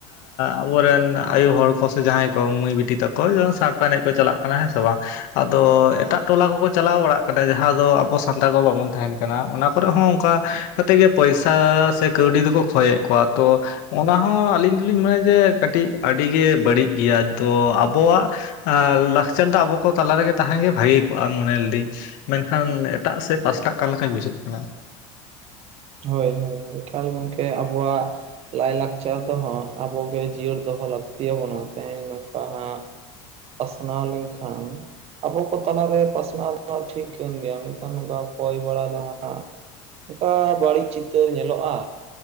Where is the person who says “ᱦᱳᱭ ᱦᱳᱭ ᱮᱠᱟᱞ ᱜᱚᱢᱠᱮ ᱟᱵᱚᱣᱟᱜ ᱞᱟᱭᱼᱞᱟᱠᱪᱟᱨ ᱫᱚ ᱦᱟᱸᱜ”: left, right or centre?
Right